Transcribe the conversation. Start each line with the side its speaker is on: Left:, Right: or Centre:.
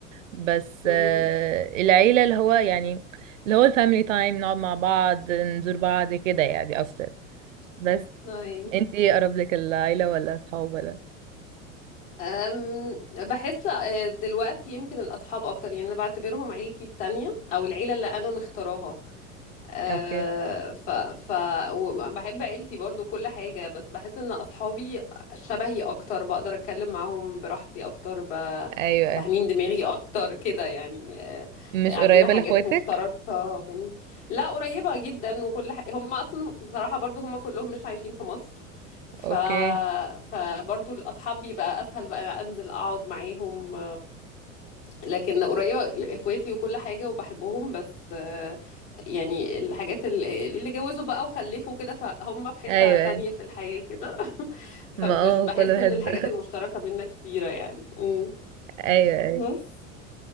Right: بس
Left: امم
Right: آه، العيله اللي هو يعني اللي هو الفاميلي تايم نقعد مع بعض نزور بعض كده يعني اكتر بس
Left: اي
Right: انت ايه اقرب لك العيله ولا اصحاب ولا
Left: أم بحس آه، دلوقتي يمكن الاصحاب اكتر يعني انا بعتبرهم عيلتي التانية او العيلة اللي انا مختاراها آه،
Right: اوكي
Left: ف ف وم- بحب عيلتي برضو كل حاجة بس بحس ان اصحابي شبهي اكتر بقدر اتكلم معاهم براحتي اكتر ب...
Right: ايوه
Left: فاهمين دماغي اكتر كده يعني آه،
Right: مش
Left: عندنا
Right: قريبه
Left: حاجات
Right: لاخواتك
Left: مشتركة بين لا قريبة جدا وكل ح... هم اصلا بصراحة برضو هم كلهم مش عايشين في مصر ف
Right: اوكي
Left: فبرضو الاصحاب بيبقى اسهل بقى انزل اقعد معاهم لكن قريبة لإخواتي وكل حاجة وبحبهم بس آه، يعني الحاجات اللي اللي جوزوا بقى وخلفوا كده فهم في حتة
Right: ايوه
Left: تانية في الحياة كده <laughs> فمش
Right: ما اه
Left: بحس
Right: كل واحد
Left: إن الحاجات المشتركة بينا كتيرة يعني أمم،
Right: <laughs> ايوه ايوه
Left: بس